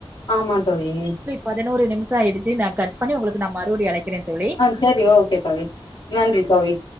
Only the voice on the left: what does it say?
ஆமா தோழி
சேரி ஓகே தோழி நன்றி தோழி